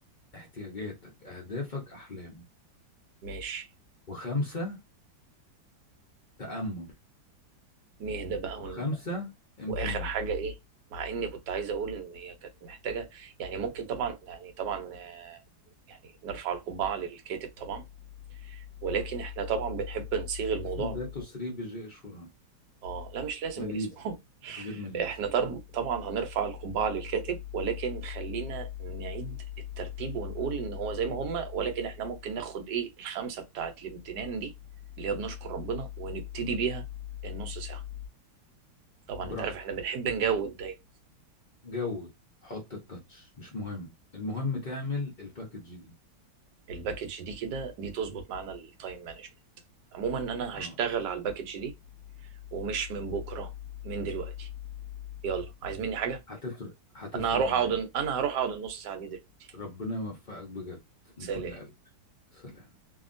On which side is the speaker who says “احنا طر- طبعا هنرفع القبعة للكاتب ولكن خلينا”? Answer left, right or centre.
Right